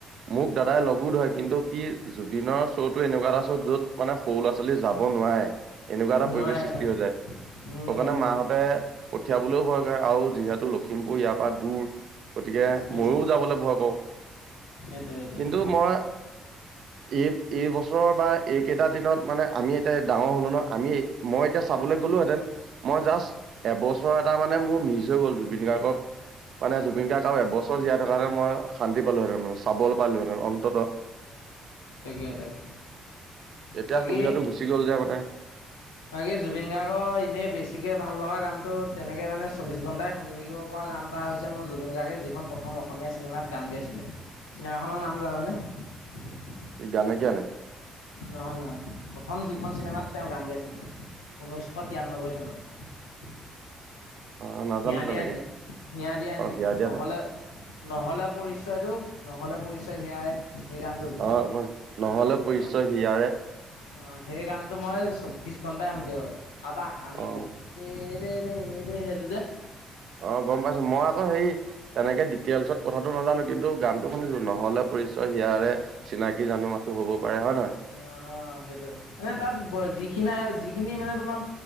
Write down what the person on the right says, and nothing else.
মোক দাদাই লগো ধৰে কিন্তু। কি জুবিনৰ শ্ব' টো এনেকুৱা এটা চ' য'ত মানে সৰু ল'ৰা- লৰা ছোৱালী যাব নোৱাৰে এনেকুৱা এটা
পৰিৱেশ সৃষ্টি
হৈ যায়।
সেকাৰণে
মাহঁতে
পঠিয়াবলৈও ভয় কৰে, আৰু যিহেতু লখিমপুৰ ইয়াৰ পৰা দূৰ। গতিকে
ময়ো যাবলৈ ভয় কৰো।
কিন্তু
মই এই। এই বা এইকেইটা দিনত মানে আমি এতিয়া ডাঙৰ হলো ন আমি মই এতিয়া চাবলৈ গ'লো হেতেন ম। মই জাষ্ট এবছৰ এটা মানে মোৰ মিচ হৈ গ'ল জুবিন গাৰ্গক। মানে জুবিন গাৰ্গ এবছৰ জীয়াই থকাৰ মই শান্তি পালোহেতেন মানে চাবল পালোহেতেন অন্ততঃ।
এতিয়া
সুবিধাটো গুচি গ'ল যে মানে
কি জানে জিয়ঞনে।
অ নাজানো
তেনেকে
অ
হিয়া দিয়া
নাই
অ নহলে পৰিচয়
হিয়াৰে
অ
অ গম পাইছো মই আকৌ হেই তেনেকে ডিটেইলছত কথাটো নাজানো কিন্তু গানটো শুনিছো নহ'লে। পৰিচয় হিয়য়াৰে চিনাকি জানো মাথো হ'ব। পাৰে হয় নহয়